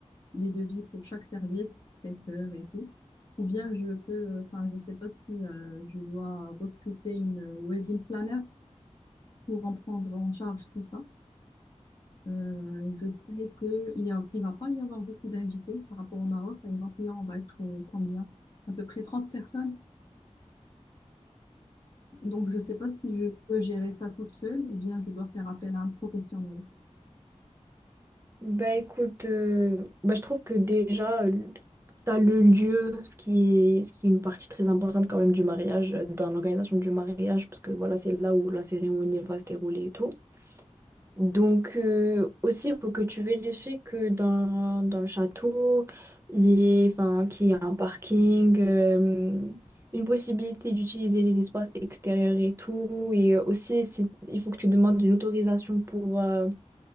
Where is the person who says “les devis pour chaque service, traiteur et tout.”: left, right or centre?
Left